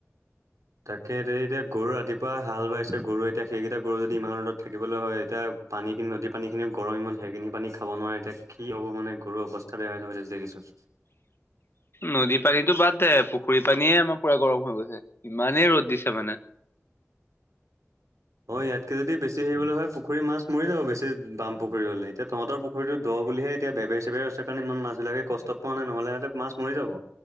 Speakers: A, on the right; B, on the left.
A: তাকে এই এতিয়া গৰু ৰাতিপুৱা হাল বাইছে গৰু এতিয়া সেইকেইটা গৰু যদি ইমান ৰ'দত থাকিবলৈ হয় এতিয়া পানী খিনি নদীৰ পানী খিনিও গৰম ইমান সেইখিনি পানী খাব নোৱাৰে এতিয়া কি হ'ব মানে গৰুৰ অৱস্থা বেয়া হৈ যাব এতিয়া দেখিছোঁ।
B: নদী পানীতো বাদ দে পু পুখুৰী পানীয়ে আমাৰ পুৰা গৰম হৈ গৈছে ইমানেই ৰ'দ দিছে মানে।
A: অ ইয়াতকে যদি বেছি হেৰি হ'বলৈ হয় পুখুৰী মাছ মৰি যাব বেছি বাম পুখুৰী হ'লে এতিয়া তহঁতৰ পুখুৰীটো দ হে এতিয়া বেবে চেবেৰ আছে কাৰণে ইমান মাছ বিলাকে কষ্ট পোৱা নহ'লে হতে মাছ মৰি যাব।